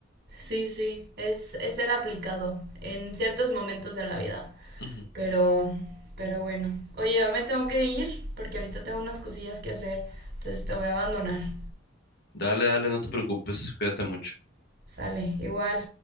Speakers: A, on the right (about 55°); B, on the left (about 55°).
A: Sí, sí, es, es ser aplicado en ciertos momentos de la vida.
B: Ujú.
A: Pero, pero bueno. Oye, yo me tengo que ir porque ahorita tengo unas cosillas que hacer. Entonces te voy a abandonar.
B: Dale, dale, no te preocupes, cuídate mucho.
A: Sale, igual.